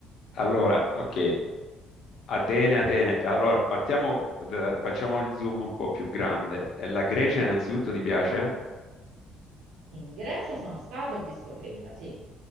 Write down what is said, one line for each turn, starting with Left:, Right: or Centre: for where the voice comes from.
Left: Allora, ok, Atene, Atene. Allora, partiamo, da- facciamo il zoom un po' più grande. Eh, La Grecia innanzitutto ti piace?
Right: In Grecia sono stato, ho visto Creta, sì,